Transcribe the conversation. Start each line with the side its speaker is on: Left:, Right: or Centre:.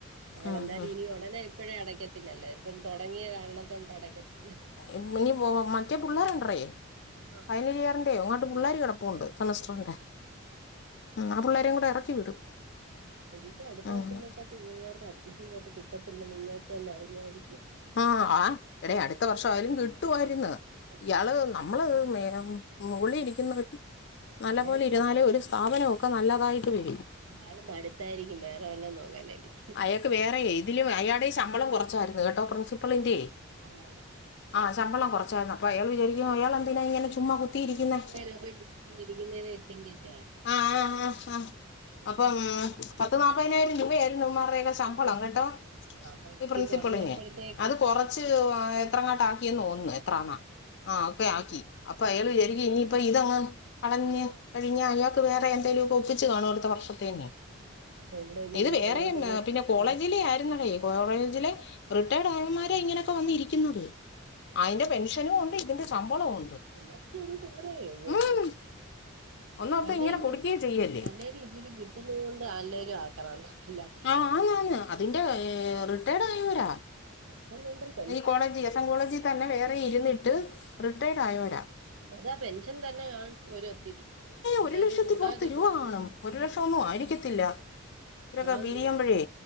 Right: ഏ
Left: ഉം,
Right: എന്തായ്ലും
Left: ഉം.
Right: ഇനി ഉണ്ട- ടനെ ഇപ്പഴേ അടക്കത്തില്ലല്ലോ ഇപ്പം തൊടങ്ങിയ കാരണതൊണ്ടടക്കത്തില്ല.
Left: ഇമ്മിണി പോവാ മറ്റേപുള്ളാര്ണ്ട്റി.
Right: ആ ഹ്
Left: ക്ലിയറിന്റെയോ അങ്ങോട്ട് പിള്ളേര് കിടപ്പുണ്ട് സെമിസ്റ്ററിന്റെ.
Right: ആഹ്
Left: ആ പിള്ളേരേം കൂടെ എറക്കി വിടും.
Right: ഇനിയിപ്പൊ അടുത്ത
Left: ഉം, അങ്ങനെ
Right: വർഷം തൊട്ടൊക്കെ നിങ്ങൾക്ക് അഡ്മിഷൻ കിട്ടത്തില്ലന്ന് നിങ്ങൾക്ക് തന്നെ അറിയായിരിക്കും.
Left: ആഹ ആ എടേ അടുത്ത വർഷോയാലും കിട്ടുവായ്ര്ന്ന്
Right: ആഹ്
Left: ഇയാള് ന്നമ്മള് മേ- മുകളി ഇരിക്കുന്നവർക്ക് ന്നല്ലപോലെ
Right: അയാൾ
Left: ഇരുന്നാലേ ഒരു സ്ഥാപനൊക്കെ ന്നല്ലതായിട്ട് വെരൂ.
Right: അയാള് മടുത്തായിരിക്കും വേറെ വല്ലതു ന്നോക്കാനായിരിക്കും.
Left: അയാക്ക് വേറെ ഇതിലും അയാടെ ശമ്പളം കൊറച്ചായിരുന്നു കെട്ടോ പ്രിൻസിപ്പളിന്റെ.
Right: ആഹ്
Left: ആശമ്പളം കൊറച്ചായിരുന്നു അപ്പൊ അയാള് വിചാരിക്കും അയാളെന്തിനാ ഇങ്ങനെ ചുമ്മാ കുത്തിയിരിക്ക്‌ന്നെ.
Right: <inaudible> കൊണ്ടിരിക്കുന്നേ <inaudible>
Left: ആ ആ ആ ആ ഹ് അപ്പം പത്ത് ന്നാപ്പയ്നായിരം രൂപയായിരുന്നു ഇവന്മാരൊക്കെ ശമ്പളം. പോളാം കെട്ടോ
Right: അപ്പൊ ഇത്തിരി
Left: ഇ പ്രിൻസിപ്പിളിനെ
Right: കുറഞ്ഞപ്പോഴത്തേക്ക്
Left: അത് കൊറച്- റച്ച് എത്രങ്ങാട്ടാക്കിയെന്ന് തോന്നുന്നു എത്രാന്നാ. ആ
Right: ആഹ്
Left: ഒക്കെയാക്കി അപ്പഅയാള്
Right: അപ്പൊ
Left: വിചാരിക്കും ഇനിയിപ്പ ഇതങ് അടഞ്ഞ്
Right: ആഹ്
Left: കഴിഞഅയാ- ള് വേറെ എന്തേലൊക്കെ ഒപ്പിച്ച് കാണും അടുത്തവർഷത്തെനെ.
Right: ആഹ് കാണും എവിടെലും
Left: ഇത് വേറെ
Right: എങ്ങോട്ടൊക്കെ
Left: ഇന്ന് പിനെ കോളേജിലേ
Right: കട
Left: യാര്ന്നടേ. കോവറേജിലെ റിട്ടേ ടായവന്മാര ഇങ്ങനെയൊക്കെ വന്നിരിക്കുന്നത്. അയ്ന്റെ പെൻഷനും ഉണ്ട് ഇതിന്റെ ശമ്പളവും ഉണ്ട്.
Right: എന്നട്ടും ഇത് പോരായോ ഇവർക്ക്.
Left: ഉം ഒന്നോർത്ത്
Right: അല്ലേല്
Left: ഇങ്ങനെ കൊടുക്കുകയും ചെയ്യല്ലേ
Right: അല്ലേലും ഇതില് കിട്ടുന്നത് കൊണ്ട് അല്ലേലും ആക്രാന്ത എല്ലാ-
Left: ആന്ന് ആന്ന് അതിന്റെ ഏ റിട്ടേഡായോരാ.
Right: പെൻഷനുണ്ടോ?
Left: ഈ കോളേജി എസ്സൻ കോളേജിതനെ വേറെ ഇര്ന്നിട്ട് റിട്ടേടായോരാ.
Right: അതാ പെൻഷൻതനെ കാണും ഒരു ഒത്തിരി പിന്നെ
Left: ഒരു ലക്ഷത്തി
Right: അത് കൂടാതിതും.
Left: പുറത്ത് രൂപ കാണും ഒരു ലക്ഷം ഒന്നും ആയിരിക്കത്തില്ല ഇവരൊക്കെ
Right: ആന്ന്
Left: പിരിയുമ്പഴേ